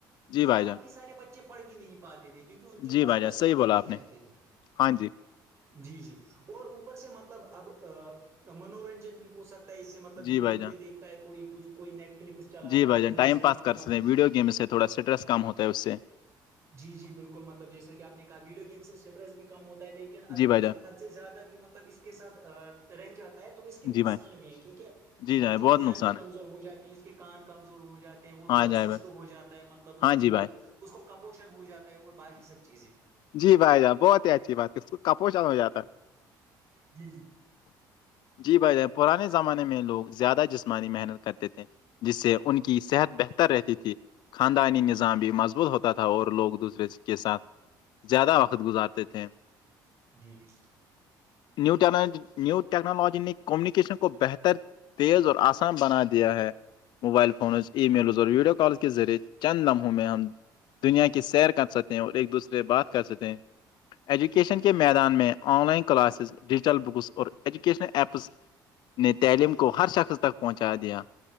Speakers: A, on the left; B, on the right.
A: جی
B: تو
A: بھائی
B: کافی
A: جان
B: سارے بچے پڑھ بھی نہیں پاتے تھے کیونکہ ان کے
A: جی
B: پاس
A: بھائی جان
B: وہ
A: صحیح
B: سادھن
A: بولا
B: نہیں
A: آپ نے
B: رہتے تھے
A: ہاں جی
B: جی جی اور اوپر سے مطلب اب منورنجن بھی ہو سکتا توی اس سے ملب
A: جی
B: یٹیو
A: بھائی جان
B: پہ دیککھ کوئی کچھ کوئی نیٹ فلکس چلاتا
A: جی
B: ہے
A: بھائی
B: موویز
A: جان ٹائم
B: دیکھتا
A: پاس کر
B: ہے مطلب
A: سکتے ہیں ویڈیو گیم سے تھوڑا اسٹریس کم ہوتا ہے اس سے
B: جی جی بالکل مطلب جیسے کہ آپ نےا ویڈیو گیم سے اسٹریس بھی کم ہوتا ہے لیکن اگر
A: جی بھائی
B: انسان
A: جان
B: حد سے زیادہ بی مطلب اس کے ساتھ رہ جاتا ہے تو اس کے نقصان
A: جی بھائی
B: بھی ہیں کیونکہ
A: جی
B: بچے
A: جائیں بہت
B: کی آنکھیں
A: نقصان
B: کمزور
A: ہے
B: ہو جاتی ہیں اس کے کان کمزور ہو جاتے ہیں وہ
A: ہاں
B: تھوڑا
A: جائیں
B: سست
A: بھائی
B: ہو جاتا ہے مطلب اس
A: ہاں
B: کی
A: جی بھائی
B: اس کو کپوشن ہو جاتا ہے اور باقی سب چیزیں
A: جی بھائی جان بہت ہی اچھی بات اس کاپوشن ہو جاتا ہے
B: جی جی
A: جی بھائی جان پرانے زمانے میں لوگ زیادہ جسمانی محنت کرتے تھے جس سے ان کی صحت بہتر رہتی تھی خاندانی نظام بھی مضبوط ہوتا تھا اور لوگ دوسرے سے کے ساتھ زیادہ وقت گزارتے تھے
B: جی جی
A: نیو ٹنو نیو ٹیکنالوجی نے کمیونیکیشن کو بہتر تیز اور آسان بنا دیا ہے موبائل فونز ای میلز اور ویڈیو کالز کے ذریعے چند لمحوں میں ہم دنیا کی سیر کر سکتے ہیں اور ایک دوسرے سے بات کر سکتے ہیں ایجوکیشن کے میدان میں online classes digital books اور ایجوکیشنل ایپس نے تعلیم کو ہر شخص تک پہنچا دیا